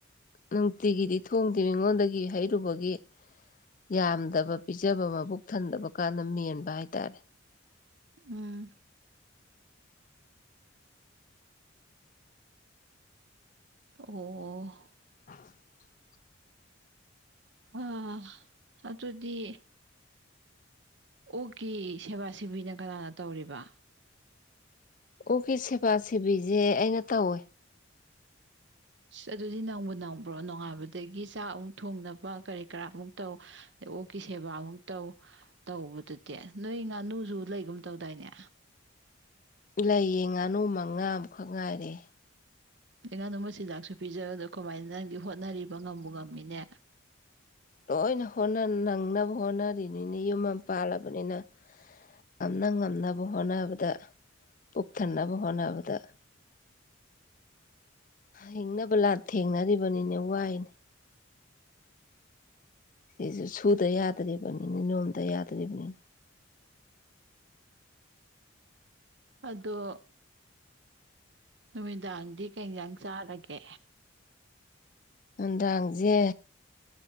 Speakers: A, on the left; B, on the right.
A: ꯅꯨꯡꯇꯤꯒꯤꯗꯤ ꯊꯣꯡꯗꯦ ꯃꯤꯉꯣꯟꯗꯒꯤ ꯍꯩꯔꯨꯕꯒꯤ ꯌꯥꯝꯗꯕ ꯄꯤꯖꯕ ꯃꯕꯨꯛ ꯊꯟꯗꯕ ꯀꯥꯟꯗ ꯃꯦꯟꯕ ꯍꯥꯏꯇꯥꯔꯦ
B: ꯎꯝ ꯑꯣ ꯑꯣ
A: <unintelligible>
B: ꯑ ꯑꯗꯨꯗꯤ ꯑꯣꯛꯀꯤ ꯁꯦꯕꯥ ꯁꯦꯕꯤꯅ ꯀꯅꯥꯅ ꯇꯧꯔꯤꯕ
A: ꯑꯣꯛꯀꯤ ꯁꯦꯕꯥ ꯁꯦꯕꯤꯁꯦ ꯑꯩꯅ ꯇꯧꯋꯦ
B: ꯑꯁ ꯑꯗꯨꯗꯤ ꯅꯪꯕꯨ ꯅꯪꯕ꯭ꯔꯣ ꯅꯣꯡꯉꯥꯟꯕꯗꯒꯤ ꯆꯥꯛ ꯑꯃꯨꯛ ꯊꯣꯡꯅꯕ ꯀꯔꯤ ꯀꯔꯥꯡ ꯑꯃꯨꯛ ꯇꯧ ꯑ ꯑꯣꯛꯀꯤ ꯁꯦꯕꯥ ꯑꯃꯨꯛ ꯇꯧ ꯇꯧꯕꯗꯨꯗꯤ ꯅꯣꯏ ꯉꯥꯅꯨꯁꯨ ꯂꯩꯒꯨꯝ ꯇꯧꯗꯥꯏꯅꯦ
A: ꯂꯩꯌꯦ ꯉꯥꯅꯨ ꯃꯉꯥꯃꯨꯈꯛ ꯉꯥꯏꯔꯦ
B: ꯑꯩꯉꯥꯗ ꯃꯆꯤꯟꯖꯥꯛꯁꯨ ꯄꯤꯖꯕꯗꯣ ꯀꯃꯥꯏꯅ ꯅꯪꯗꯤ ꯍꯣꯠꯅꯔꯤꯕ ꯉꯝꯝꯕ ꯉꯝꯃꯤꯅꯦ
A: ꯂꯣꯏꯅ ꯍꯣꯠꯅ ꯅꯪꯅꯕ ꯍꯣꯠꯅꯔꯤꯅꯤꯅ ꯌꯨꯝ ꯑꯃ ꯄꯥꯜꯂꯕꯅꯤꯅ ꯉꯝꯅ ꯉꯝꯅꯕ ꯍꯣꯠꯅꯕꯗ ꯄꯨꯛꯊꯟꯅꯕ ꯍꯣꯠꯅꯕꯗ ꯍꯤꯡꯅꯕ ꯂꯥꯟꯊꯦꯡꯅꯔꯤꯕꯅꯤꯅꯦ ꯋꯥꯏꯅꯦ ꯁꯤꯁꯨ ꯁꯨꯗ ꯌꯥꯗ꯭ꯔꯤꯕꯅꯤꯅ ꯅꯣꯝꯗ ꯌꯥꯗ꯭ꯔꯤꯕꯅꯤꯅ
B: ꯑꯗꯣ ꯅꯨꯃꯤꯗꯥꯡꯗꯤ ꯀꯩ ꯌꯦꯟꯁꯥꯡ ꯆꯥꯔꯒꯦ
A: ꯉꯗꯥꯡꯁꯦ